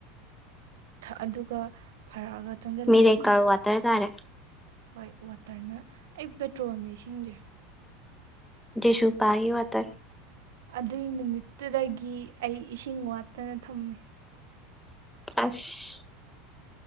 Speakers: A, on the right (about 85°); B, in the centre.
A: ꯑꯗꯨꯒ ꯐꯔꯛꯑꯒ ꯆꯪꯁꯤꯜꯂꯒ
B: ꯃꯤꯔꯦꯀꯜ ꯋꯥꯇꯔ ꯇꯥꯔꯦ
A: ꯍꯣꯏ ꯋꯥꯇꯔꯅ ꯑꯩ ꯄꯦꯇ꯭ꯔꯣꯜꯅꯤ ꯏꯁꯤꯡꯁꯦ
B: ꯁꯨꯨ ꯄꯒꯤ ꯋꯥꯇ
A: ꯑꯗꯨꯏ ꯅꯨꯃꯤꯠꯇꯨꯗꯒꯤ ꯑꯩ ꯏꯁꯤꯡ ꯋꯥꯠꯇꯅ ꯊꯝꯃꯦ
B: ꯑꯁ